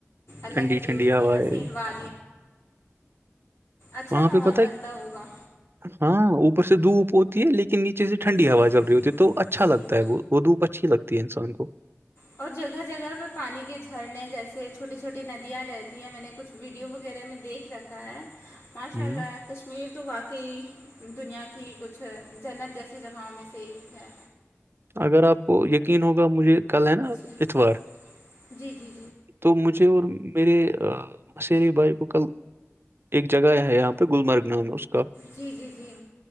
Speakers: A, on the left; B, on the right.
A: اللہ
B: ٹھنڈی
A: کی دیوئی
B: ٹھنڈی
A: اتنی
B: ہوائیں
A: حسین وع اچھا
B: وہاں
A: ماحول
B: پہ پتہ ہے
A: بنتا ہوگا
B: ہاں اوپر سے دھو اوپ ہوتی ہے لیکن نیچے سے ٹھنڈی
A: جی
B: ہوا
A: جی
B: چل رہی
A: جی
B: ہوتی ہے تو اچھا لگتا
A: جی
B: ہے ب وہ دھپ اچھی لگتی ہے انسان کو
A: اور جگہ جگہ پہ پانی کے جھرنے جیسے چھوٹی چھوٹی ندیاں رہتی ہیں میں نے کچھ ویڈیو وغیرہ میں دیکھ رکھا ہے ماشاء
B: ہوں
A: اللہ کشمیر تو واقعی دنیا کی کچھ جنت جیسی جگہوں میں سے ایک ہے
B: اگر آپ کو یقین ہوگا مجھے کل ہے نا
A: جی
B: اتوار
A: جی جی
B: تو مجھے اور میرے مسیرے بائی کو کل ایک جگہ ہے یہاں پہ گلممرگ نام ہے اس کا
A: جی جی جی